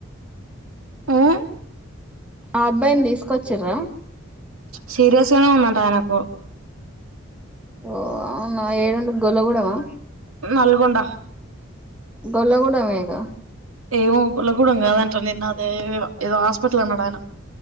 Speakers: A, on the right (about 80°); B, in the centre.
A: ఉమ్
B: ఆ అబ్బాయిని తీసుకోచిర్ర
A: సీరియస్గానే ఉందంట ఆయనకు
B: ఓ అవునా ఏ రెం గల్ల గూడామా
A: నల్గోండ
B: గల్లా గూడెం ఏ ఇగ
A: ఏమో గల్లా గూడెం కాదంట నే నాదే అద ఏదో హాస్పిటల్ అన్నాడాయనా